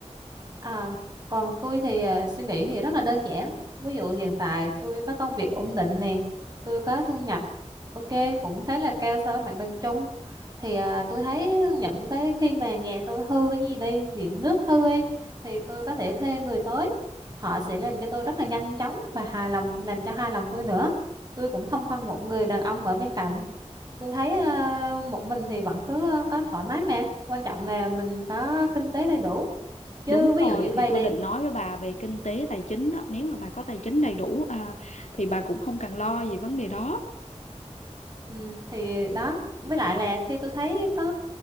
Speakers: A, on the right; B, on the left.
A: À, còn tôi thì à, suy nghĩ thì rất là đơn giản. Ví dụ hiện tại tôi có công việc ổn định nè, tôi có thu nhập ok cũng khá là cao so với mặt bằng chung. Thì à, tôi thấy những cái khi mà nhà tôi hư cái gì đi, điện nước hư ấy thì tôi có thể thuê người tới. Họ sẽ làm cho tôi rất là nhanh chóng và hài lòng làm cho hài lòng tôi nữa. Tôi cũng không cần một người đàn ông ở bên cạnh tôi thấy ờ, một mình thì vẫn cứ ờ, có thoải mái mà quan trọng là mình có kinh tế đầy đủ chứ
B: Đúng
A: ví
B: rồi,
A: dụ như
B: thì
A: vay
B: tôi
A: đi
B: định nói với bà về kinh tế tài chính đó, nếu mà bà có tài chính đầy đủ à, thì bà cũng không cần lo về vấn đề đó.
A: Ừ, thì đó với lại là khi tôi thấy có